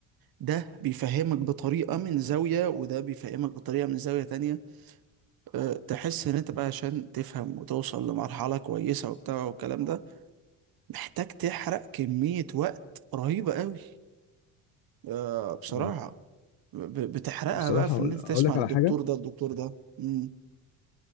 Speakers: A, on the right (about 45°); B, on the left (about 65°).
A: ده بيفهمك بطريقه من زاويه وده بيفهمك بطريقه من زاويه تانية أه، تحس ان انت بقى عشان تفهم وتوصل لمرحله كويسه وبتاع والكلام ده محتاج تحرق كميه وقت رهيبه قوي أه، بصراحه
B: مم.
A: ب- بتحرقها
B: بصراحه
A: بقى في
B: اقول
A: ان انت
B: أقول
A: تسمع
B: لك
A: للدكتور
B: على حاجه
A: ده الدكتور ده امم